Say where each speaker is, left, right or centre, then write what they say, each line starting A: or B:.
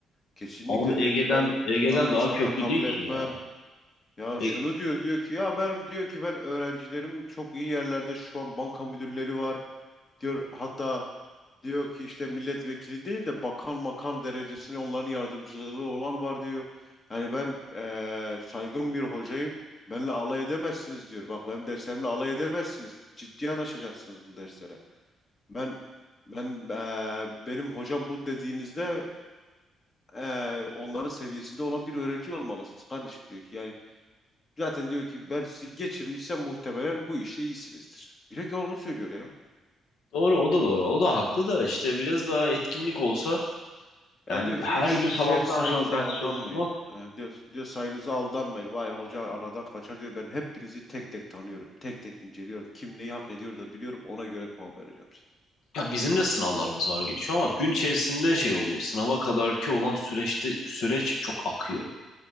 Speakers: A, on the left; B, on the left.
A: Kesinlikle
B: Ama Ege'den
A: diyor ki ben
B: Ege'den
A: e, yanlış
B: daha
A: hata
B: köklü
A: kabul
B: değil ki
A: etmem.
B: ya.
A: Ya
B: E,
A: şunu diyor diyor ki ya ben diyor ki ben öğrencilerim çok iyi yerlerde şu an banka müdürleri var. Diyor hatta diyor ki işte milletvekili değil de bakan makan derecesine onların yardımcıları olan var diyor. Yani ben eee, saygın bir hocayım. Benle alay edemezsiniz diyor. Bak benim derslerimle alay edemezsiniz. Ciddi yanaşacaksınız bu derslere. Ben ben eee, benim hocam bu dediğinizde eee, onların seviyesinde olan bir öğrenci olmalısınız kardeşim diyor ki yani zaten diyor ki ben sizi geçirmişsem muhtemelen bu işte iyisinizdir. Direkt onu söylüyor ya.
B: doğru o da doğru. O da haklı da işte biraz daha etkinlik olsa
A: Yani
B: yani
A: diyor ki
B: her
A: hiç
B: gün sabahtan
A: şey sayınıza
B: akşama ders
A: aldanmayın.
B: çalışılmaz.
A: Ee, diyor, diyor sayınıza aldanmayın. Vay hoca aradan kaçar diyor. Ben hepinizi tek tek tanıyorum. Tek tek inceliyorum. Kim neyi hak ediyor da biliyorum. Ona göre puan vereceğim
B: Ya bizim de sınavlarımız ağır geçiyor ama gün içerisinde şey oluyor. Sınava kadarki olan süreçte süreç çok akıyor.